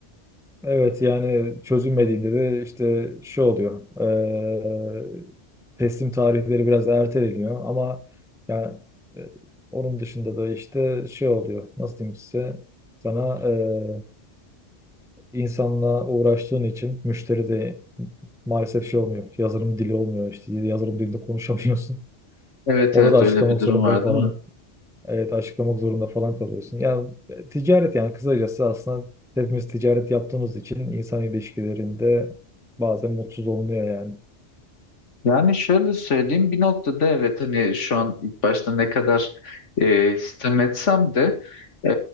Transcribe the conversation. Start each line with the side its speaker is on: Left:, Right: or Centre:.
Centre: Evet yani çözülmediğinde de işte şu oluyor. eee, teslim tarihleri biraz erteleniyor ama yani e, onun dışında da işte şey oluyor. Nasıl diyeyim size? Sana eee insanla uğraştığın için müşteri de maalesef şey olmuyor. Yazılım dili olmuyor işte. Yazılım dilinde konuşamıyorsun. <laughs>
Left: Evet
Centre: Onu
Left: evet
Centre: da açıklamak
Left: öyle bir durum
Centre: zorunda
Left: var
Centre: falan
Left: değil mi?
Centre: Evet açıklamak zorunda falan kalıyorsun. Yani e, ticaret yani kısacası aslında hepimiz ticaret yaptığımız için insan ilişkilerinde bazen mutsuz olmuyor yani.
Left: Yani şöyle söyleyeyim bir noktada evet hani şu an ilk başta ne kadar e, sitem etsem de e,